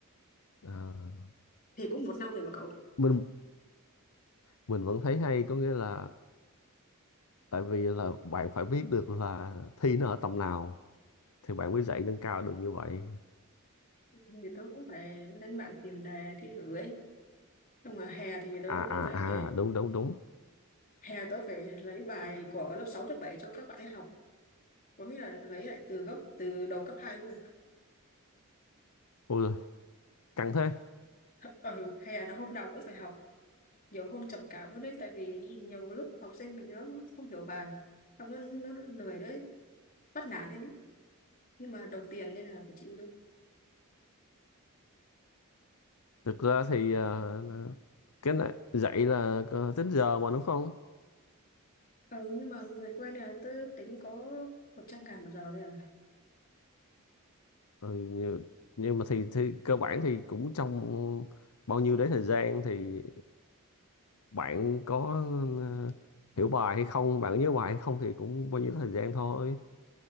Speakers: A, on the left; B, on the left.
A: à,
B: thì cũng một năm rồi mà cậu
A: mình mình vẫn thấy hay có nghĩa là tại vì là bạn phải biết được là thi nó ở tầm nào thì bạn mới dạy nâng cao được như vậy
B: thì tớ cũng phải lên mạng tìm đề thi thử ấy nhưng mà hè thì tớ
A: à
B: cũng
A: à
B: phải
A: à đúng đúng đúng
B: hè tớ phải lấy bài của lớp 6 lớp 7 cho các bạn ấy học có nghĩa là lấy lại từ gốc từ đầu cấp 2 luôn
A: ôi giời, căng thế
B: ừ, hè là hôm nào cũng phải học nhiều hôm trầm cảm luôn đấy tại vì nhiều lúc học sinh mình nó không hiểu bài không nó, nó lười đấy bắt nản đấy nhưng mà đồng tiền nên là phải chịu thôi
A: thực ra thì à, cái này dạy là có tính giờ mà đúng không
B: Ừ, nhưng mà người quen này là tớ tính có một trăm ngàn một giờ thôi à.
A: ừ, nhưng, nhưng mà thì, thì cơ bản thì cũng trong bao nhiêu đấy thời gian thì bạn có ờ, hiểu bài hay không bạn có nhớ bài hay không thì cũng bao nhiêu thời gian thôi